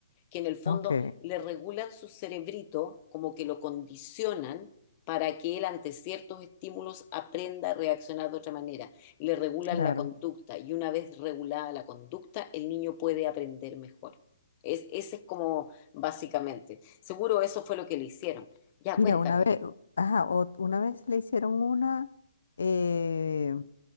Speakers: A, on the left; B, on the left.
A: que en el fondo
B: Ok,
A: le regulan su cerebrito, como que lo condicionan para que él ante ciertos estímulos aprenda a reaccionar de otra manera. Le regulan
B: claro.
A: la conducta y una vez regulada la conducta, el niño puede aprender mejor. Es, ese es como básicamente. Seguro eso fue lo que le hicieron. Ya,
B: Mira,
A: cuéntame.
B: una vez, ajá, o- una vez le hicieron una, eh,